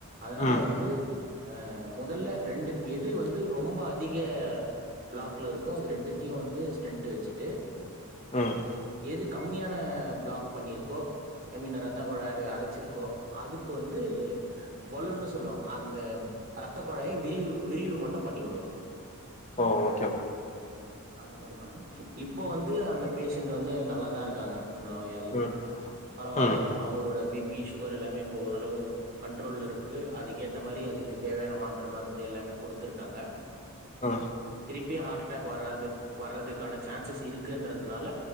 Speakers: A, on the right; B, on the left.
A: அதனால
B: ம்
A: வந்து அ முதல்ல ரெண்டு எது வந்து ரொம்ப அதிக பிளாக்கில இருக்கோ அது ரெண்டுத்தையு வந்து ஸ்டன்டு வச்சுட்டு
B: உம்
A: எது கம்மியான பிளாக் பண்ணிருக்கோ ஐ மீன் ரத்தகுழ அட அடைச்சிருக்கோ அதுக்கு வந்து பலூன் சொல்லுவாங்க அந்த ரத்த குழாய்ய விரி விரிவு மட்டு பண்ணி விடுவாங்க
B: ஓ ஓகே ப்ரோ
A: ம் அந்த மாரி பண்ணலா இப்ப வந்து அந்த பேஷண்ட் வந்து நல்லாதா இருக்காங்க அந்த நோயாளி
B: ம்
A: பரவால்ல
B: ம்
A: அவங்களோட பிபி சுகர் எல்லாமே இப்ப ஓரளவு கண்ட்ரோல்ல இருக்கு அதுக்கேத்த மாரி அதுக்கு தேவையான மாத்தர மருந்து எல்லாமே குடுத்துருக்காங்க
B: ஆ
A: பி ஹாட் அட்டாக் வராதுக் வரதுக்கான சான்சஸ் இருக்குன்றதுனால